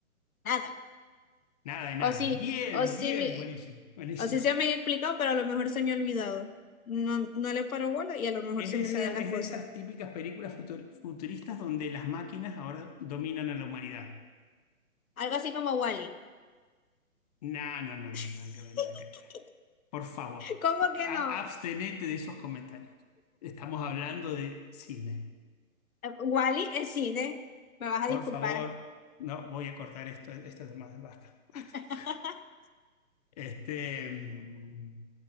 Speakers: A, on the left (about 75°); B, on the left (about 30°).
A: Nada.
B: Nada de
A: O
B: nada.
A: sí,
B: Bien,
A: o
B: bien,
A: sí, me-
B: buenísimo, buenísimo.
A: o sí se me ha explicado, pero a lo mejor se me ha olvidado. No, no le paro bola y a lo mejor
B: Es
A: se
B: de
A: me
B: esa,
A: olvidan las
B: es
A: cosas.
B: de esas típicas películas futur- futuristas donde las máquinas ahora dominan a la humanidad.
A: Algo así como Wally.
B: No, no, no,
A: <laughs>
B: no, nada que ver, nada que ver. Por favor,
A: ¿Cómo que
B: a-
A: no?
B: abstenete de esos comentarios. Estamos hablando de cine.
A: Wally es cine. Me vas a
B: Por
A: disculpar.
B: favor, no, voy a cortar esto, esto es más, basta, basta.
A: <laughs>
B: Este, mm,